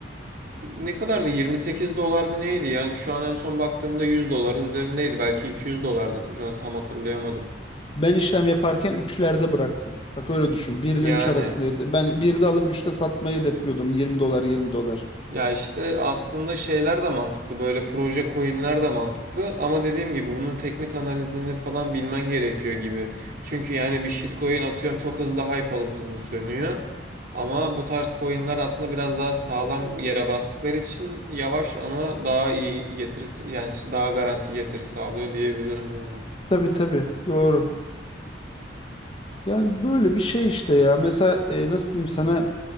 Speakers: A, on the right; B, on the left.
A: Ne kadardı? 28 dolar mı neydi? Yani şu an en son baktığımda 100 doların üzerindeydi. Belki 200 dolardı. Şu an tam hatırlayamadım.
B: Ben işlem yaparken üçlerde bıraktım. Bak öyle düşün. 1 ile
A: Yani
B: 3 arasındaydı. Ben 1'de alıp üçte satmayı hedefliyordum. Yirmi dolar 20 dolar.
A: ya işte aslında şeyler de mantıklı. Böyle proje coinler de mantıklı. Ama dediğim gibi bunun teknik analizini falan bilmen gerekiyor gibi. Çünkü yani bir shitcoin atıyorum çok hızlı hype alıp hızlı sönüyor. Ama bu tarz coinler aslında biraz daha sağlam yere bastıkları için yavaş ama daha iyi getirisi yani daha garanti getiri sağlıyor diyebilirim yani.
B: Tabii tabii. Doğru. Yani böyle bir şey işte ya. Mesela e, nasıl diyeyim sana